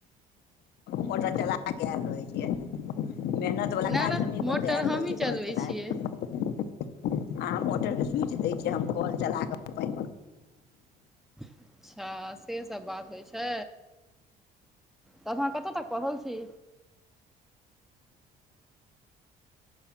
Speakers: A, on the left (about 75°); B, in the centre.
A: मोटर चला कऽ आयल रहइ छै मेहनतवला
B: नहि
A: काज
B: नहि
A: हमहीँ
B: मोटर
A: कऽ कऽ आयल
B: हमही
A: रहै छियै कोल
B: चलबै
A: चला
B: छियै
A: कऽ आ मोटर के स्विच देय छ हम कॉल चला के पाइन
B: अच्छा सेसभ बात होइ छै त अहां कत्त तक पढ़ल छी